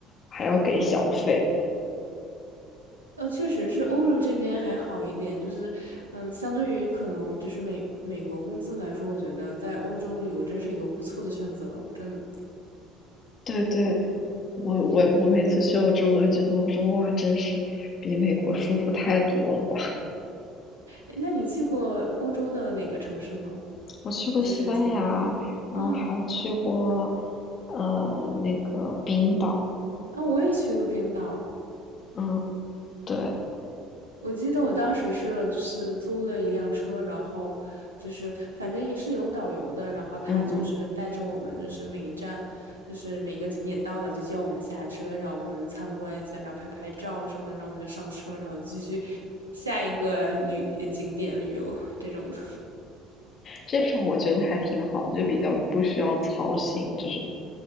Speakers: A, on the left; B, on the right.
A: 还要给小费。
B: 哦，呃，确实是欧洲这边还好一点，就是，嗯，相对于可能就是美美国工资来说，我觉得在欧洲旅游真是一个不错的选择，真的。
A: 对对，我我我每次去欧洲，我也觉得我说哇，真是比美国舒服太多了吧！
B: 诶那你去过欧洲的哪个城市呢？
A: <laughs> 我去过西班牙，
B: 就是除
A: 然后还去过
B: 啊，哦
A: 呃那个冰岛，
B: 啊，我也去过冰岛。
A: 嗯，对，
B: 我记得我当时是就是租了一辆车，然后就是反正也是有导游的，然后他就是带着我们，
A: 嗯嗯，
B: 就是每一站，就是每个景点到了就叫我们下车，让我们参观一下，然后拍拍照什么的，让我们就上车，然后继续下一个旅呃景点旅游这种的。
A: 这种我觉得还挺好的，就比较不需要操心，就是